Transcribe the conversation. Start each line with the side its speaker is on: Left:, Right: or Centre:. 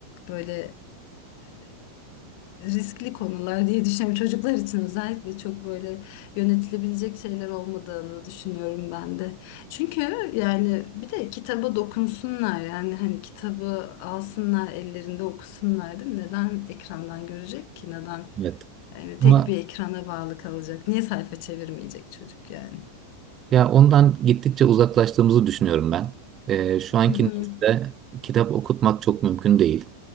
Left: böyle e, riskli konular diye düşünüyorum. Çocuklar için özellikle çok böyle yönetilebilecek şeyler olmadığını düşünüyorum ben de. Çünkü yani bir de kitaba dokunsunlar yani hani kitabı alsınlar ellerinde okusunlar değil mi? Neden ekrandan görecek ki? Neden
Right: Evet.
Left: yani tek
Right: Ama
Left: bir ekrana bağlı kalacak? Niye sayfa çevirmeyecek çocuk yani?
Right: ya ondan gittikçe uzaklaştığımızı düşünüyorum ben. E, şu anki
Left: Hı hı.
Right: nesilde kitap okutmak çok mümkün değil.